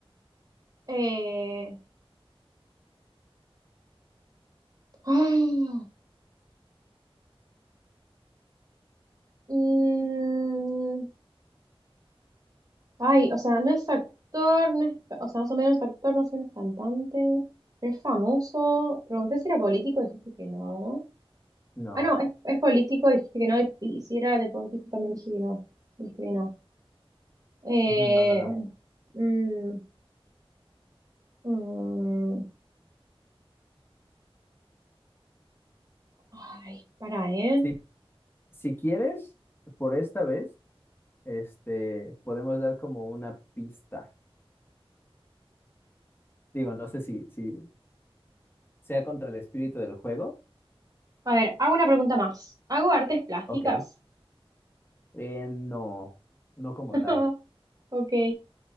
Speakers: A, on the right; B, on the left.
A: Eh, ay, mm, ay, o sea, no es actor, no es, o sea, más o menos actor, más o menos cantante. pero es famoso. Pregunté si era político, dijiste que no.
B: No,
A: Ah, no, es, es político, dijiste que no. Y, y si era deportista, también dije que no. Dijiste que no. Eh,
B: no, no, no.
A: mm, mm, Ay, para, ¿eh?
B: Si, si quieres, por esta vez, este, podemos dar como una pista. Digo, no sé si, si, sea contra el espíritu del juego.
A: A ver, hago una pregunta más. ¿Hago artes plásticas?
B: Ok. Eh, no, no como
A: <laughs>
B: tal.
A: Ok.